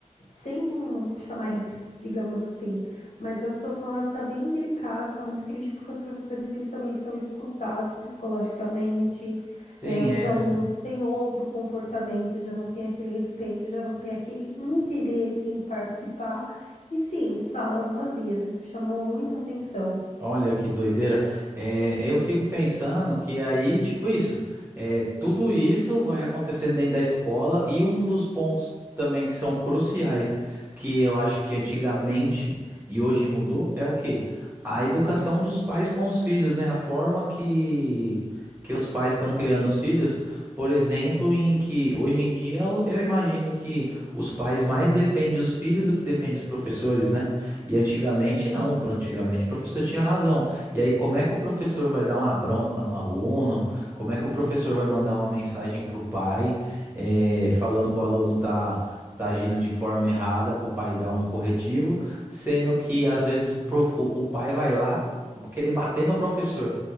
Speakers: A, on the left; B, on the right.
A: sendo um chamariz, digamos assim. Mas a situação ela está bem delicada, está muito crítica, porque os professores eles também estão esgotados psicologicamente.
B: Tem
A: É, os
B: essa.
A: alunos têm outro comportamento, já não tem aquele respeito, já não tem aquele interesse em participar. E sim, salas vazias, isso chamou muito a atenção.
B: Olha que doideira. É, eu fico pensando que aí, tipo isso, é, tudo isso vai acontecendo dentro da escola e um dos pontos também que são cruciais, que eu acho que antigamente e hoje mudou, é o quê? A educação dos pais com os filhos, né? A forma que, que os pais estão criando os filhos. Por exemplo, em que hoje em dia eu eu imagino que os pais mais defendem os filhos do que defendem os professores, né? E antigamente não, antigamente o professor tinha razão. E aí, como é que o professor vai dar uma bronca no aluno? Como é que o professor vai mandar uma mensagem pro pai, eh, falando que o aluno tá, tá agindo de forma errada, pro pai dar um corretivo, sendo que às vezes o, prof- o, o pai vai lá querer bater no professor.